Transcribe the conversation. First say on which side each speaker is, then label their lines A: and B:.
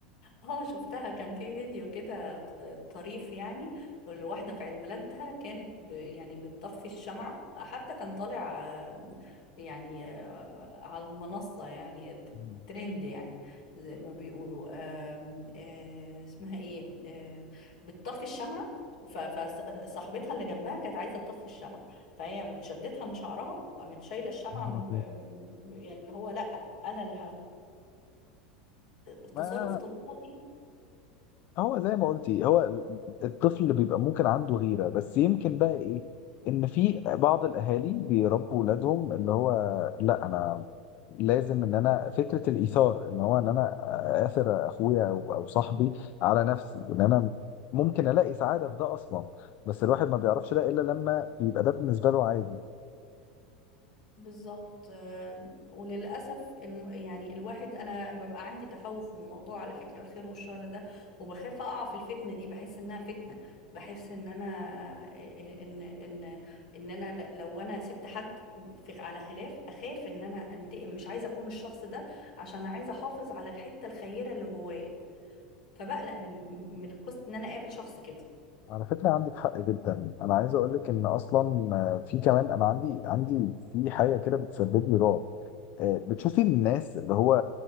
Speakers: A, on the left (about 70°); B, on the left (about 50°).
A: اه شفتها كان في فيديو كده ط- طريف يعني الواحدة في عيد ميلادها كانت ب يعني بتطفي الشمعة حتى كان طالع آه، يعني آه، على المنصة يعني ت-
B: مم.
A: ترند يعني زي ما بيقولوا آم، آه، اسمها ايه آه، بتطفي الشمعة فصاحبتها اللي جنبها كانت عايزة تطفي الشمعة فهي متشدتها من شعرها وقامت شايلة الشمعة
B: يا نهار
A: م-
B: أبيض.
A: م- م- يعني اللي هو لأ أنا اللي هتصرف
B: ما
A: تلقائي
B: هو زي ما قلتي هو الطفل اللي بيبقى ممكن عنده غيرة بس يمكن بقى ايه ان في بعض الاهالي بيربوا ولادهم اللي هو لا انا لازم ان انا فكرة الايثار ان هو ان انا اثر اخويا او أو صاحبي على نفسي وان انا ممكن الاقي سعادة في ده اصلا بس الواحد ما بيعرفش ده الا لما بيبقى ده بالنسبة له عادي
A: بالظبط آم، وللأسف الم... يعني الواحد أنا ببقى عندي تخوف من موضوع على فكرة الخير والشر ده وبخاف أقع في الفتنة دي بحس إنها فتنة بحس إن أنا آه، إن إن إن أنا ل- لو أنا سبت حد في... على خلاف أخاف إن أنا أنتقم مش عايزة أكون الشخص ده عشان عايزة أحافظ على الحتة الخيرة اللي جوايا فبقلق من من قصة إن أنا أقابل شخص كده
B: على فكرة عندك حق جدا انا عايز اقول لك ان اصلا في كمان انا عندي عندي في حاجة كده بتسبب لي رعب آه، بتشوفي الناس اللي هو